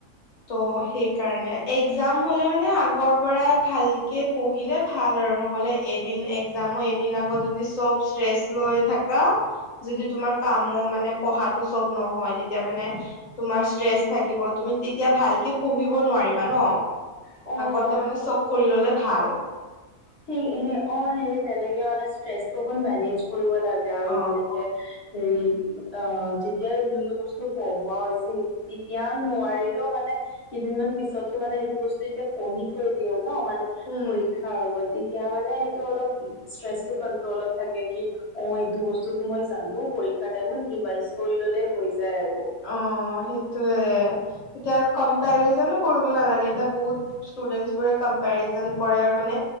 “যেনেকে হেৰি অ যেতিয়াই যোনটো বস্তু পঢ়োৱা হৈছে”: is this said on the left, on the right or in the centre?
Left